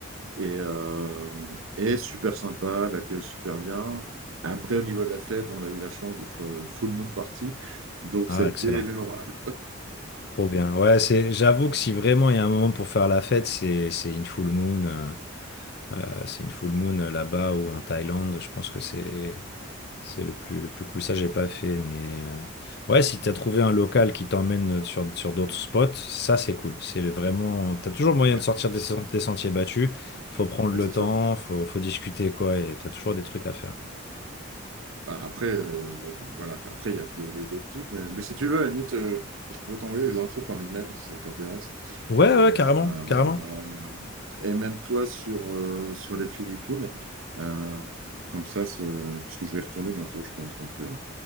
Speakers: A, on the right; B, on the left.
A: et, euh, et super sympa, l'accueil super bien. Après, au niveau de la fête, on a eu la chance d'être euh, full moon party, donc
B: Ah,
A: ça a été
B: excellent.
A: mémorable.
B: Trop bien. Ouais, c'est, j'avoue que si vraiment il y a un moment pour faire la fête, c'est, c'est une full moon. euh, euh, c'est une full moon euh, là-bas ou en Thaïlande. Je pense que c'est, c'est le plus, le plus cool. Ça, j'ai pas fait, mais euh, ouais, si t'as trouvé un local qui t'emmène sur, sur d'autres spots, ça, c'est cool. C'est le- vraiment, t'as toujours moyen
A: Ouais,
B: de sortir des, sen- des sentiers battus. Faut prendre le
A: mais c'est
B: temps,
A: ça.
B: faut, faut discuter, quoi, et t'as toujours des trucs à faire.
A: Bah, après, euh, voilà. quoi. Après, il y a, il y a- il y a d'autres types. Mais, mais si tu veux, à la limite, euh, je pourrais t'envoyer les infos par email si ça t'intéresse.
B: Ouais,
A: Et,
B: ouais,
A: euh,
B: carrément, carrément.
A: et même toi sur, euh, sur les Philippines. Euh, comme ça, c'est- parce que je vais y retourner bientôt, je pense. Donc, euh,